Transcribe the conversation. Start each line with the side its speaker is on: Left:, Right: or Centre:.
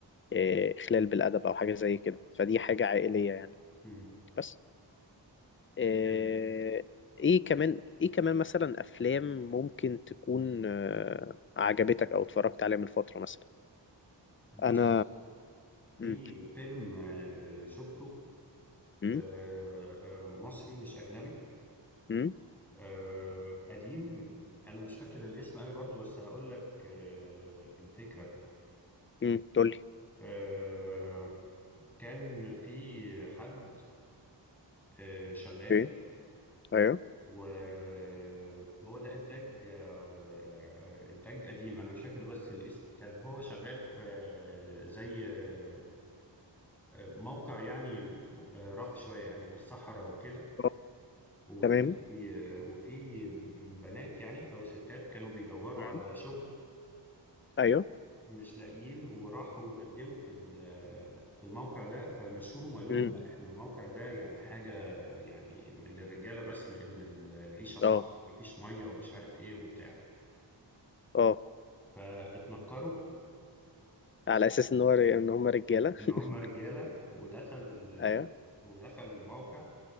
Left: آه، إخلال بالأدب أو حاجة زي كده فدي حاجة عائلية يعني
Centre: مم.
Left: بس آه،
Centre: جامد
Left: ايه كمان ايه كمان مثلا افلام ممكن تكون آه، عجبتك او اتفرجت عليها من فترة مثلا
Centre: بص
Left: انا
Centre: في
Left: امم
Centre: فيلم آه شفته
Left: امم
Centre: آه آه مصري مش اجنبي
Left: امم
Centre: آه قديم انا مش فاكر الاسم قوي برضو بس هقول لك آه الفكرة
Left: امم تقول لي
Centre: آه كان في حد آه شغال
Left: اوكي ايوه
Centre: وهو ده انتاج آه، انتاج قديم انا مش فاكر بس الاسم كان هو شغال في آه، زي آه، آه، موقع يعني آه، رف شويه يعني في الصحراء وكده
Left: آه،
Centre: وفي
Left: تمام
Centre: آه، وفي بنات يعني او ستات كانوا بيدوروا
Left: امم
Centre: على شغل
Left: ايوه
Centre: مش لاقيين وراحوا قدموا في ال- آه، في الموقع ده فمشوهم وقالوا
Left: امم
Centre: لهم لا احنا الموقع ده يعني حاجه يعني للرجاله بس لان ال- العيشه صعبه
Left: اه
Centre: مفيش ميه ومش عارف ايه وبتاع
Left: اه
Centre: فاتنكروا
Left: على اساس ان هو ان هم رجالة <laughs>
Centre: ان هم رجاله ودخلوا ال...
Left: ايوه
Centre: ودخلوا الموقع